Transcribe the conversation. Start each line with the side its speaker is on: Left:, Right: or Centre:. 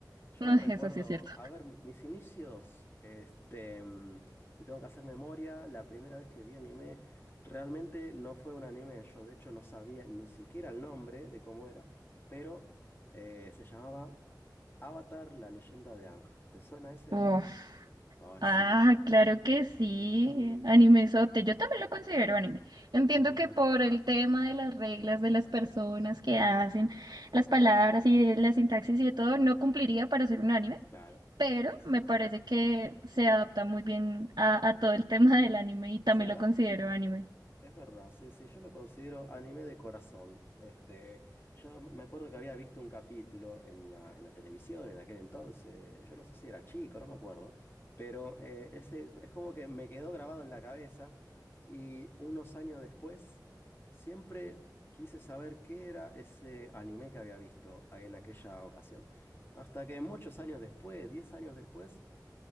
Left: Yo
Right: No,
Left: recuerdo,
Right: eso sí es cierto.
Left: a ver, mi- mis inicios, este, mm, si tengo que hacer memoria, la primera vez que vi anime, realmente no fue un anime, yo de hecho no sabía ni siquiera el nombre de cómo era, pero eh, se llamaba Avatar, la leyenda de Aang. ¿Te suena ese?
Right: Uf.
Left: Ay,
Right: Ah,
Left: sí.
Right: claro que sí,
Left: Y,
Right: animezote. Yo también lo considero anime. Entiendo
Left: ujú,
Right: que por el tema de las reglas de las personas que hacen, las palabras y de la sintaxis y de todo, no cumpliría para ser un anime.
Left: claro.
Right: pero
Left: Sí, sí,
Right: me parece
Left: sí.
Right: que se adapta muy bien a, a todo el <laughs> tema del anime y también
Left: Se adap
Right: lo considero anime.
Left: Es verdad, sí, sí, yo lo considero anime de corazón. Este, yo me acuerdo que había visto un capítulo en la, en la televisión en aquel entonces, yo no sé si era chico, no me acuerdo, pero eh, ese es como que me quedó grabado en la cabeza y unos años después siempre quise saber qué era ese anime que había visto en aquella ocasión. Hasta que muchos años después, 10 años después,